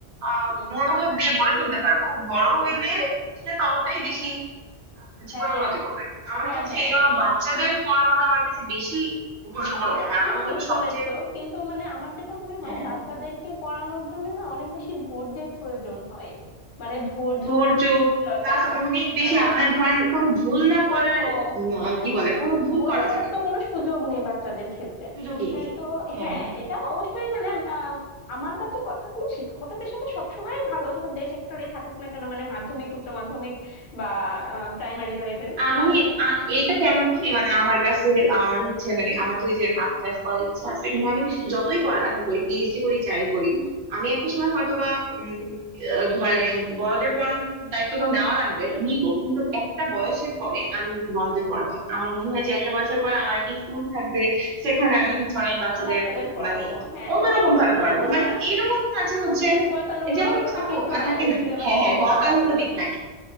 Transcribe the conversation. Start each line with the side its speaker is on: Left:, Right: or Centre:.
Right: আহ
Left: হুম,
Right: মনোভাব দিয়ে গড়ে তুলতে পারবো বড় হইলে
Left: হুম,
Right: সে ততটাই বেশি জীবন
Left: হ্যাঁ
Right: উন্নতি করবে আমার
Left: হ্যাঁ
Right: কাছে
Left: হ্যাঁ
Right: এই জন্য
Left: এটা
Right: বাচ্চাদের পড়ানোটা আমার কাছে বেশি গুরুত্বপূর্ণ
Left: এটা
Right: মনে হয়
Left: তুমি
Right: আমার মনে
Left: ঠিক
Right: হয় সবচেয়ে
Left: বলেছো কিন্তু মানে আমার যেটা মনে হয়
Right: হ্যাঁ
Left: বাচ্চাদেরকে পড়ানোর জন্য না অনেক বেশি ধৈর্যের প্রয়োজন হয় মানে ধৈর্য
Right: ধৈর্য
Left: শীলতা
Right: প্লাস অনেক বেশি
Left: আহ,
Right: আপনার ধরেন কোনো ভুল না
Left: স্নেহ
Right: করার উম, আহ,
Left: হ্যাঁ
Right: কি
Left: হ্যাঁ
Right: বলে কোনো ভুল
Left: ভুল
Right: করা
Left: করার
Right: যাবে
Left: তো
Right: না,
Left: কোনো সুযোগ নেই বাচ্চাদের ক্ষেত্রে
Right: সুযোগই
Left: আহ,
Right: নেই
Left: তো
Right: হ্যাঁ
Left: হ্যাঁ এটা অবশ্যই মানে আহ, আমার কাছে কথাগুলো শিক্ষকতা পেশাটা সবসময় ভালো সেটা যে সেক্টরেই থাকুক না কেন মানে মাধ্যমিক উচ্চ মাধ্যমিক বা প্রাইমারি লেভেল
Right: আমি আ- এটা কেন বলি মানে আমার কাছে আমার হচ্ছে মানে আমার তো এই যে মাস্টার্স করার ইচ্ছা আছে কিন্তু আমি যতই পড়ালেখা করি পিএইচডি করি যাই করি
Left: হুম,
Right: আমি একটা সময় হয়তোবা উম, আহ, ধরেন বড়দের পড়ানোর দায়িত্ব তো নেওয়া লাগবে নিব কিন্তু
Left: হুম,
Right: একটা বয়সের পরে আমি বড়দের
Left: আচ্ছা,
Right: পড়াবো না আমার মনে হয় যে একটা বয়সের পরে আমার একটা স্কুল থাকবে সেখানে আমি হচ্ছে অনেক বাচ্চাদের
Left: বাচ্চাদের পড়াবো
Right: মানে
Left: হ্যাঁ
Right: অন্যরকম
Left: এমনি ওরকম
Right: ভাবে পড়াবো
Left: ইচ্ছা
Right: মানে এইরকম কাজে হচ্ছে
Left: মানে গতানুগতিকতা
Right: যেমন হচ্ছে
Left: থেকে
Right: আপু
Left: একটু
Right: আ,
Left: বাইরে
Right: থাকে না
Left: সিলেবাস
Right: হ্যাঁ
Left: থেকে
Right: হ্যাঁ
Left: একটু
Right: গতানুগতিক
Left: বাইরে
Right: না